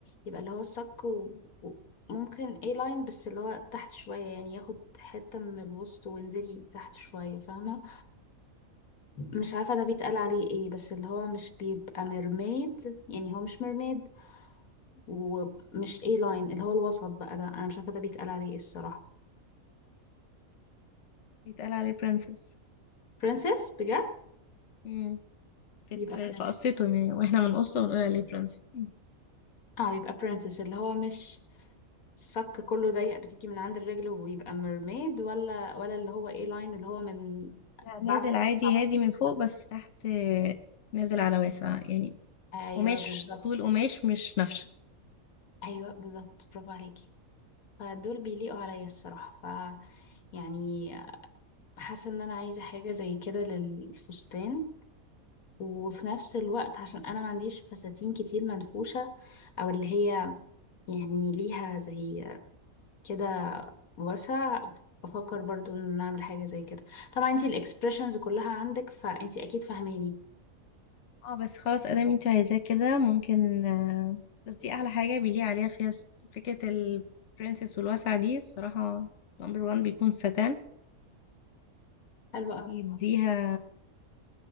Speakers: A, on the left; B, on the left.
A: يبقى اللي هو الصك و... و- ممكن اي لاين بس اللي هو تحت شوية يعني ياخد حتة من الوسط وانزلي تحت شوية فاهمة مش
B: اوكي.
A: عارفة ده بيتقال عليه ايه بس اللي هو مش بيبقى ميرميد يعني هو مش ميرميد ومش اي لاين اللي هو الوسط بقى ده انا مش عارفة ده بيتقال عليه ايه الصراحة
B: بيتقال عليه برنسس
A: برنسس بجد
B: امم في
A: يبقى
B: في
A: برنسس
B: في قصته يعني واحنا بنقصه ونقول عليه برنسس
A: اه يبقى برنسس اللي هو مش الصك كله ضيق بتيجي من عند الرجل ويبقى ميرميد ولا ولا اللي هو ايه لاين اللي هو من
B: لا
A: بعد
B: نازل
A: الوسط
B: عادي
A: على
B: هادي
A: طول
B: من فوق بس تحت آه، نازل على واسع يعني
A: ايوه
B: قماش
A: بالظبط
B: طول قماش مش نفش
A: ايوه بالظبط برافو عليكي فدول بيليقوا عليا الصراحه ف يعني حاسه ان انا عايزه حاجه زي كده للفستان وفي نفس الوقت عشان انا ما عنديش فساتين كتير منفوشه او اللي هي يعني ليها زي كده واسع بفكر برضو ان نعمل حاجة زي كده طبعا انتي الاكسبريشنز كلها عندك فانتي اكيد فاهماني
B: اه بس خلاص ادام انت عايزاه كده ممكن آه، بس دي احلى حاجه بيليق عليها فيها س- فكره البرنسس والواسعه دي الصراحه نمبر وان بيكون ساتان
A: حلو قوي
B: يديها